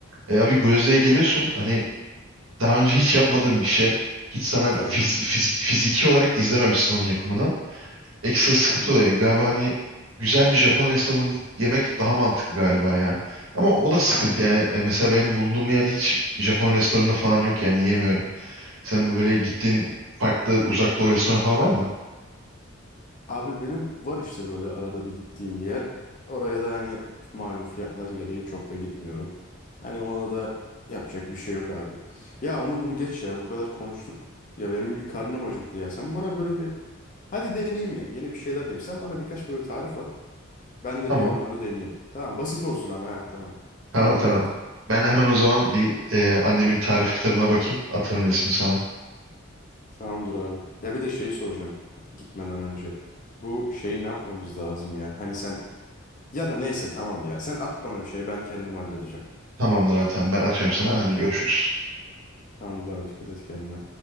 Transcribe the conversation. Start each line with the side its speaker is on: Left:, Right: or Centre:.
Right: E abi Gyozda'ya geliyorsun hani daha önce hiç yapmadığın bir şey. Hiç sana
Left: Tabii.
Right: fizi- fizik- fiziki olarak izlememişsin onun yapımını. ekstra sıkıntı
Left: Aynen.
Right: olayı Galiba hani güzel bir Japon restoranında bu yemek daha mantıklı galiba ya. Ama o da sıkıntı
Left: Aynen.
Right: yani. E, mesela benim bulunduğum yerde hiç Japon restoranı falan yok yani yiyemiyorum. Sen böyle gittiğin farklı uzak doğu restoranı falan var mı?
Left: Abi benim var işte böyle arada bir gittiğim bir yer. Oraya da hani malum fiyatları gereği çok da gitmiyorum. Hani ona da yapacak bir şey yok abi. Ya onu bunu geç ya bu kadar konuştuk. Ya benim bir karnım acıktı ya. Sen bana böyle bir hadi deneyeyim ya yeni bir şeyler deneyeyim. Sen bana birkaç böyle tarif at. Ben de
Right: Tamam.
Left: bir onları deneyeyim. Tamam basit olsun ama ha tamam.
Right: Tamam
Left: Ona
Right: tamam.
Left: göre.
Right: Ben hemen o zaman bir e, annemin tarif kitabına bakayım. Atarım resmi sana.
Left: Tamamdır abi. Ya bir de şeyi soracağım gitmeden önce. Bu şeyi ne yapmamız lazım ya? Hani sen ya da neyse tamam ya. Sen at bana bir şey ben kendim halledeceğim.
Right: Tamamdır abi tamam. Ben atıyorum sana. Hadi görüşürüz.
Left: Tamamdır abi dikkat et kendine.